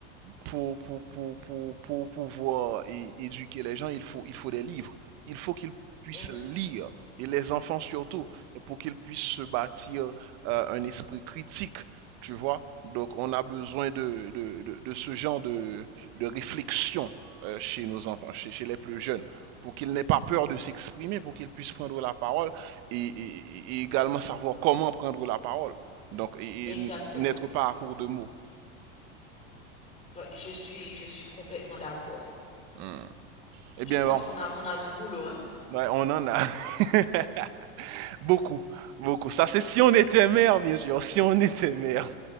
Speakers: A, on the right (about 50°); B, on the left (about 20°).
A: pour, pour, pour, pour, pour pouvoir é- éduquer les gens, il faut, il faut des livres. Il faut qu'ils puissent
B: Mhm,
A: lire, et les enfants surtout, pour qu'ils puissent se bâtir euh, un esprit critique, tu vois. Donc, on a besoin de, de, de- de ce genre de, de réflexion euh, chez nos enfants, chez, chez les plus jeunes, pour qu'ils n'aient pas peur de s'exprimer, pour qu'ils puissent prendre la parole et, et- et également savoir comment prendre la parole. Donc, et,
B: exactement.
A: et n'être pas à court de mots.
B: Ouais, Je suis, je suis complètement d'accord.
A: Hmm. Eh
B: Je
A: bien,
B: pense
A: bon,
B: qu'on a, qu'on a du boulot, hein.
A: ouais, on en a <laughs> beaucoup, beaucoup. Ça, c'est si on était mère, bien sûr, si on était mère.